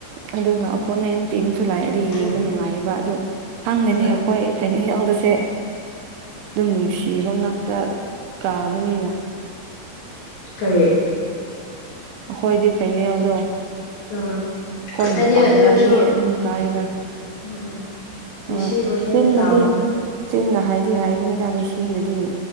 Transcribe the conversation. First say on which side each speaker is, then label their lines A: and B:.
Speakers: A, on the right (about 75°); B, on the left (about 75°).
A: ꯑꯗꯨꯒ ꯑꯣꯄꯣꯅꯦꯟ ꯇꯤꯝꯁꯨ ꯂꯥꯛꯑꯗꯤ ꯌꯦꯡꯕ
B: ꯎꯝ
A: ꯅꯨꯡꯉꯥꯏꯌꯦꯕ ꯑꯗꯨꯗꯣ ꯈꯪꯗꯅꯦ
B: ꯍꯣꯏ
A: ꯑꯩꯈꯣꯏ ꯐꯥꯏꯅꯦꯜꯌꯥꯎꯗꯁꯦ ꯑꯗꯨꯝ ꯅꯨꯡꯁꯤꯕ ꯉꯥꯛꯇ ꯀꯥꯕꯅꯤꯅ
B: ꯀꯔꯤ
A: ꯑꯩꯈꯣꯏꯗꯤ ꯐꯥꯏꯅꯦꯜꯗꯣ
B: <unintelligible>
A: ꯑꯩꯈꯣꯏꯅ
B: ꯍꯥꯏꯗꯤ
A: ꯄꯥꯝꯕ
B: ꯑꯗꯨ ꯑꯣꯏꯔꯁꯨ
A: ꯑꯅꯤ ꯑꯗꯨꯝ ꯀꯥꯏꯅ
B: ꯎꯝ ꯃꯤꯁꯤꯕꯨ
A: ꯍꯣꯏ
B: ꯍꯦꯟꯅ
A: ꯆꯤꯟꯅꯗꯤ
B: ꯇꯥꯎꯕꯅꯤꯗ
A: ꯆꯤꯟꯅ ꯍꯥꯏꯗꯤ ꯍꯥꯏꯕꯅꯤꯗ ꯃꯤ ꯁꯤꯅꯗꯤ